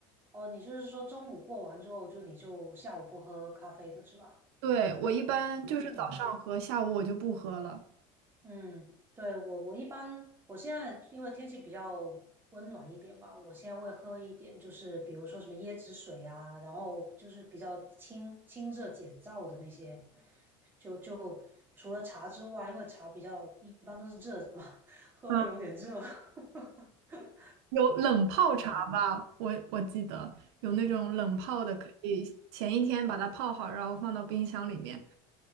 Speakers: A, on the right; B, on the right.
A: 哦，你就是说中午过完之后就你就下午不喝咖啡的是吧？
B: 对，我一般就是早上喝，
A: 嗯。
B: 下午我就不喝了。
A: 嗯，对，我我一般，我现在因为天气比较温暖一点吧，我现在会喝一点，就是比如说什么椰子水啊，然后就是比较清清热解燥的那些，就就除了茶之外，因为茶比较一般都是热的嘛，<laughs> 喝了有点热。
B: 嗯，
A: <laughs>
B: 有冷泡茶吧，
A: 嗯
B: 我我记得有那种冷泡的，
A: 嗯，
B: 可以前一天把它泡好，然后放到冰箱里面，